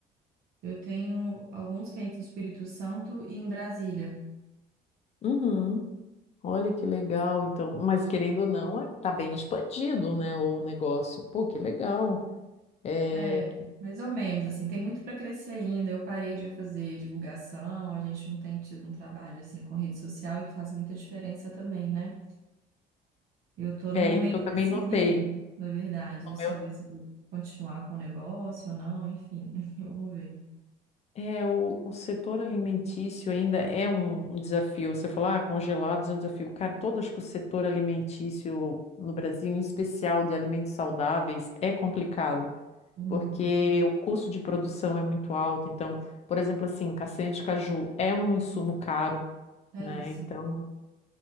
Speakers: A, on the right (about 65°); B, on the left (about 40°).
A: Eu tenho alguns clientes no Espírito Santo e em Brasília.
B: Uhum. Olha que legal, então, mas querendo ou não, é- tá bem expandido, né, o negócio. Pô, que legal. É,
A: É, é, mais ou menos, assim, tem muito para crescer ainda. Eu parei de fazer divulgação, a gente não tem tido um trabalho assim com rede social, e que faz muita diferença também, né? Eu tô num
B: É,
A: momento
B: isso eu também
A: decisivo,
B: notei.
A: na verdade,
B: No
A: de saber
B: meu...
A: se vou continuar com o negócio ou não, enfim, <laughs> vamos ver.
B: É, o, o setor alimentício ainda é um, um desafio. Você falou, ah, congelados é um desafio. Cara, todo acho que o setor alimentício no Brasil, em especial de alimentos saudáveis, é complicado,
A: Uhum.
B: porque o custo de produção é muito alto. Então, por exemplo, assim, castanha de caju é um insumo caro,
A: Caríssimo.
B: né? Então,